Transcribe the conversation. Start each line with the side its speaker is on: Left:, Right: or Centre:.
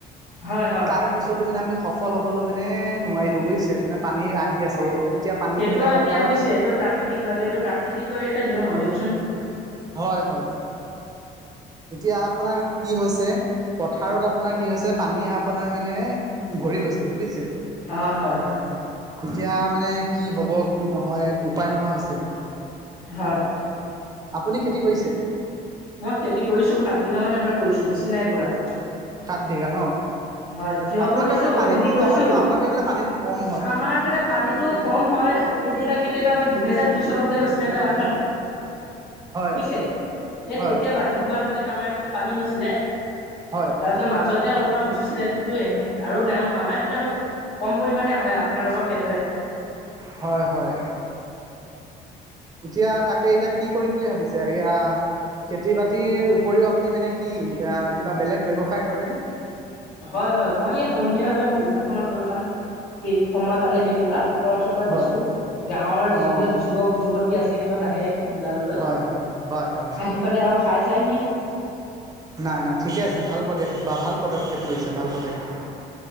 Left: হয় হয় হয়
Right: তাৰ পিছতো মানে আমি সফল হ'বলৈ মানে নোৱাৰিলোঁ বুজিছে মানে। পানী আহি আছে
Left: অ
Right: এতিয়া পানী
Left: সেইটো
Right: মানে
Left: এতিয়া
Right: পথাৰত
Left: বুজিছে এইটো প্ৰাকৃতিক ভাৱে এইটো প্ৰাক- খেতি কৰি এটা নিয়ম হ দিয়কচোন।
Right: হয় হয়। এতিয়া আপোনাৰ কি হৈছে পথাৰত আপোনাৰ কি হৈছে পানীয়ে আপোনাৰ মানে ভৰি গৈছে গৈ বুজিছে
Left: হয় হয় হয়
Right: তেতিয়া মানে। কি হ'ব কি নহয় উপায় নোহোৱা হৈছে।
Left: হয়।
Right: আপুনি খেতি কৰিছে?
Left: মই খেতি কৰিছো সাত বিঘা মান এবাৰ কৰিছো বেছি নাই কৰা।
Right: সাত বিঘা ন?
Left: হয় তিয়
Right: আপোনালোকৰ
Left: কৰিছো
Right: এইফালে পানীতো
Left: ভেন্দি কৰিছো।
Right: নহয় ন আপোনালোকৰ এইফালে পানীতো কম হয়।
Left: আমাৰ এইফালে পানীটো কম হয় কেতিয়াবা কেতিয়াবা দুহেজাৰ দুই চনত যে হৈছিলে এটা বানপানী
Right: হয়
Left: বুজিছে এই
Right: হয়
Left: তেতিয়াবা সেইটো বানপানীত আমাৰ এইফালে পানী হৈছিলে।
Right: হয়
Left: তাৰপিছত মাজতে অলপমান উঠি ছিলে কিন্তু আৰু নাই হোৱা আমাৰ এইফালে অলপ কম পৰিমাণে হয় আপোনালোকৰ খে
Right: হয় হয়। এতিয়া তাকে এতিয়া কি কৰিম বুলি ভাবিছে এয়া খেতি বাতিৰ উপৰিও আপুনি মানে কি কিবা বেলেগ ব্যৱসায় কৰেনে?
Left: হয় হয় মই এই সন্ধিয়া হলে মোৰ দোকান খনত অলপান সময় পালে কেতিয়াবা পকৰা চকৰা
Right: হয়
Left: বেচো। গাঁৱৰ যিবিলাক
Right: অ'
Left: যুৱক যুৱতী আছে সিহঁত আহে। দোকানলৈ,
Right: হয় হয় হয় হয়
Left: আহি পালে আৰু খাই যায়হি।
Right: নাই নাই ঠিকে আছে ভাল প্ৰদেশ বা ভাল পদক্ষেপ লৈছে ভাল পদক্ষেপ